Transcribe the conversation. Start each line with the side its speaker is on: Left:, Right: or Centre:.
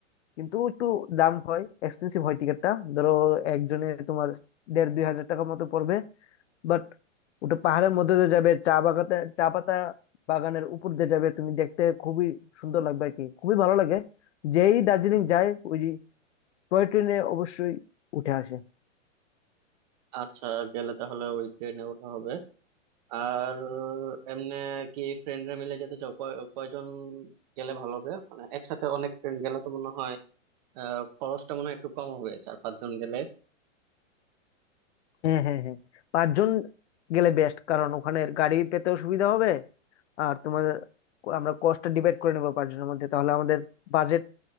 Left: কিন্তু একটু দাম হয় এক্সপেন্সিভ হয় টিকিটটা ধরো একজনে তোমার দেড় দুই হাজার টাকার মতো পড়বে বাট ওটা পাহাড়ের মধ্যে দিয়ে যাবে চা বাগাতে চা পাতা বাগানের উপর দিয়ে যাবে তুমি দেখতে খুবই সুন্দর লাগবে আর কি খুবই ভালো লাগে যেই দার্জিলিং যায় ওই টয় ট্রেনে অবশ্যই উঠে আসে
Right: আচ্ছা গেলে তাহলে ওই ট্রেনে ওঠা হবে আর এমনি কি ফ্রেন্ডরা মিলে যেতে চাও কয় কয়জন গেলে ভালো হবে মানে একসাথে অনেক ফ্রেন্ড গেলে তো মনে হয় আহ খরচটা মনে হয় একটু কম হবে চার পাঁচজন গেলে
Left: হ্যাঁ হ্যাঁ হ্যাঁ পাঁচজন গেলে বেস্ট কারণ ওখানে গাড়ি পেতেও সুবিধা হবে আর তোমার আমরা কস্টটা ডিভাইড করে নেবো পাঁচজনের মধ্যে তাহলে আমাদের বাজেট